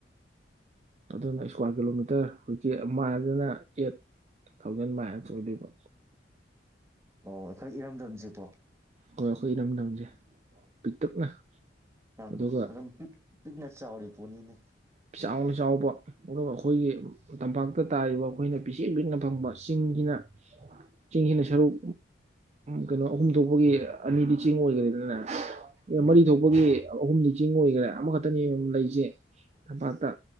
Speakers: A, on the right; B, on the right.
A: ꯑꯗꯨꯅ ꯏꯁꯀ꯭ꯋꯥꯔ ꯀꯤꯂꯣꯃꯤꯇꯔ ꯍꯧꯖꯤꯛ ꯃꫭꯏ ꯌꯥꯏꯗꫭꯅꫭ ꯑꯦꯠ ꯊꯥꯎꯖꯟ ꯃꯥꯏꯜꯁ ꯑꯣꯏꯗꯣꯏꯕ
B: ꯑꯣ ꯑꯩꯈꯣꯏ ꯏꯔꯝꯗꯝꯁꯦꯀꯣ
A: ꯍꯣꯏ ꯑꯈꯣꯏ ꯏꯔꯝꯗꯝꯁꯦ ꯄꯤꯛꯇꯛꯅ
B: ꯍꯝ
A: ꯑꯗꯨꯒ
B: ꯑꯗꯨꯝ ꯃꯤꯛ ꯄꯤꯛꯅ ꯆꯥꯎꯔꯤ ꯄꯣꯠꯅꯤꯅꯦ
A: ꯆꯥꯎꯅ ꯆꯥꯎꯕ ꯑꯗꯨꯒ ꯑꯈꯣꯏꯒꯤ ꯇꯝꯄꯥꯛꯇ ꯇꯥꯔꯤꯕ ꯑꯈꯣꯏꯅ ꯄꯤꯁꯤꯡ ꯄꯤꯛꯅ ꯐꯪꯕ ꯆꯤꯡꯁꯤꯅ ꯆꯤꯡꯁꯤꯅ ꯁꯔꯨꯛ ꯀꯩꯅꯣ ꯑꯍꯨꯝ ꯊꯣꯛꯄꯒꯤ ꯑꯅꯤꯗꯤ ꯆꯤꯡ ꯑꯣꯏꯒ꯭ꯔꯦ ꯑꯗꯨꯅ ꯑꯦ
B: ꯎꯝ
A: ꯃꯔꯤ ꯊꯣꯛꯄꯒꯤ ꯑꯍꯨꯝ ꯆꯤꯡ ꯑꯣꯏꯒꯦꯔꯦ ꯑꯃꯈꯛꯇꯅꯦ ꯂꯩꯖꯦ ꯊꯝꯄꯥꯛꯇ